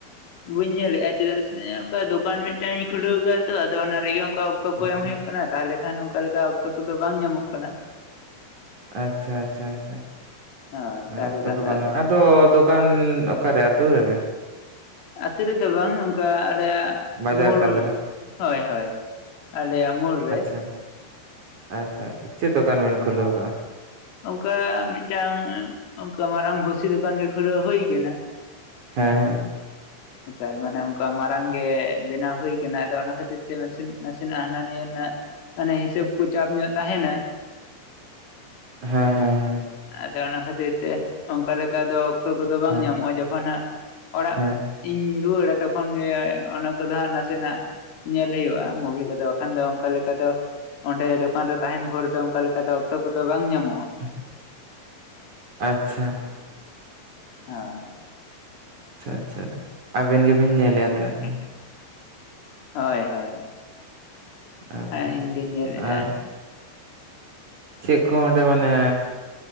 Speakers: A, on the left; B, on the right.
A: ᱵᱟᱹᱧ ᱧᱮᱞᱮᱫᱼᱟ ᱪᱮᱫᱟᱜ ᱥᱮ ᱚᱱᱠᱟ ᱫᱚᱠᱟᱱ ᱢᱤᱫᱴᱟᱝ ᱤᱧ ᱠᱷᱩᱞᱟᱹᱣ ᱠᱟᱜᱼᱟ ᱛᱚ ᱟᱫᱚ ᱚᱱᱟ ᱨᱮᱜᱮ ᱚᱱᱠᱟᱯ ᱚᱠᱛᱚ ᱠᱚ
B: ᱟᱪᱪᱷᱟ
A: ᱮᱢ ᱦᱩᱭᱩᱜ ᱠᱟᱱᱟ ᱛᱟᱦᱚᱞᱮ ᱠᱷᱟᱱ ᱚᱱᱠᱟ ᱞᱮᱠᱟ ᱚᱠᱛᱚ ᱠᱚᱫᱚ ᱵᱟᱝ ᱧᱟᱢᱚᱜ ᱠᱟᱱᱟ᱾
B: ᱟᱪᱪᱷᱟ ᱟᱪᱪᱷᱟ ᱟᱪᱪᱷᱟ
A: ᱦᱳᱭ ᱛᱟᱦᱚᱞᱮ
B: ᱚᱠᱛᱚ
A: ᱠᱷᱟᱱ
B: ᱠᱚ
A: ᱫᱚ
B: ᱵᱟᱝᱼᱟ ᱟᱫᱚ ᱫᱚᱠ ᱠᱟᱱ ᱚᱠᱟᱨᱮ ᱟᱹᱛᱩ ᱨᱮᱜᱮ?
A: ᱟᱹᱛᱩ ᱨᱮᱫᱚ ᱵᱟᱝ ᱚᱝᱠᱟ ᱟᱞᱮᱭᱟᱜ
B: ᱵᱟᱡᱟᱨ
A: ᱢᱳᱲ,
B: ᱛᱟᱞᱟᱨᱮ
A: ᱦᱳᱭ ᱦᱳᱭ ᱟᱞᱮᱭᱟᱜ ᱢᱳᱲ ᱨᱮ᱾
B: ᱟᱪᱪᱷᱟ᱾ ᱟᱪᱪᱷᱟ ᱟᱪᱪᱷᱟ ᱪᱮᱫ ᱫᱚᱠᱟᱱ ᱵᱮᱱ ᱠᱷᱩᱞᱟᱹᱣ ᱠᱟᱜᱼᱟ?
A: ᱚᱝᱠᱟ ᱢᱤᱫᱴᱟᱝ ᱚᱝᱠᱟ ᱢᱟᱨᱟᱝ ᱵᱷᱩᱥᱤ ᱫᱚᱠᱟᱱ ᱜᱮ ᱠᱷᱩᱞᱟᱹᱣ ᱦᱩᱭ ᱠᱟᱱᱟ᱾
B: ᱦᱮᱸ ᱦᱮᱸ᱾
A: <inaudible> ᱛᱟᱨ ᱢᱟᱱᱮ ᱚᱝᱠᱟ ᱢᱟᱨᱟᱝ ᱜᱮ ᱵᱮᱱᱟᱣ ᱦᱩᱭ ᱠᱟᱱᱟ ᱟᱫᱚ ᱚᱱᱟ ᱠᱷᱟᱹᱛᱤᱨ ᱛᱮ ᱱᱟᱥᱮ ᱱᱟᱥᱮᱱᱟᱜ ᱦᱟᱱᱟ ᱱᱤᱭᱟᱹ ᱨᱮᱱᱟᱜ ᱢᱟᱱᱮ ᱦᱤᱥᱟᱹᱵ ᱠᱩ ᱪᱟᱯ ᱧᱚᱜ ᱛᱟᱦᱮᱸᱱᱟ᱾
B: ᱦᱮᱸ ᱦᱮᱸ ᱦᱮᱸ᱾
A: ᱟᱫᱚ ᱚᱱᱟ ᱠᱷᱟᱹᱛᱤᱨ ᱛᱮ ᱚᱝᱠᱟ ᱞᱮᱠᱟ ᱫᱚ ᱚᱠᱛᱚ ᱠᱚᱫᱚ ᱵᱟᱝ
B: ᱦᱮᱸ
A: ᱧᱟᱢᱚᱜᱼᱟ ᱡᱚᱠᱷᱚᱱ ᱦᱟᱸᱜ ᱚᱲᱟᱜ
B: ᱦᱮᱸ
A: ᱤᱧ ᱨᱩᱣᱟᱹᱲᱟ ᱛᱚᱠᱷᱚᱱ ᱜᱮ ᱚᱱᱟ ᱠᱚᱫᱚ ᱦᱟᱸᱜ ᱱᱟᱥᱮᱱᱟᱜ ᱧᱮᱞ ᱦᱩᱭᱩᱜᱼᱟ ᱢᱩᱵᱷᱤ ᱠᱚᱫᱚ ᱵᱟᱠᱷᱟᱱ ᱫᱚ ᱚᱱᱠᱟ ᱞᱮᱠᱟ ᱫᱚ ᱚᱸᱰᱮ ᱫᱚᱠᱟᱱ ᱨᱮ ᱛᱟᱦᱮᱸᱱ ᱵᱷᱳᱨ ᱫᱚ ᱚᱝᱠᱟ ᱞᱮᱠᱟ ᱫᱚ ᱚᱠᱛᱚ ᱠᱚᱫᱚ ᱵᱟᱝ ᱧᱟᱢ᱾
B: ᱦᱮᱸ ᱟᱪᱪᱷᱟ᱾
A: ᱦᱚᱭ᱾
B: ᱟᱪᱪᱷᱟ ᱟᱪᱪᱷᱟ, ᱟᱵᱤᱱ ᱜᱤᱵᱤᱱ ᱧᱮᱞᱮᱫᱼᱟ? ᱛᱟᱦᱚᱞᱮ
A: ᱦᱮᱸ ᱥᱮ, ᱦᱚᱭ ᱦᱚᱭ᱾
B: ᱟᱪᱪᱷᱟ
A: ᱦᱮᱸ ᱤᱧ ᱜᱤᱧ
B: ᱟᱪᱪᱷᱟ
A: ᱧᱮᱞᱮᱫᱼᱟ᱾
B: ᱟᱨ ᱪᱮᱫ ᱠᱚ ᱚᱸᱰᱮ ᱢᱟᱱᱮ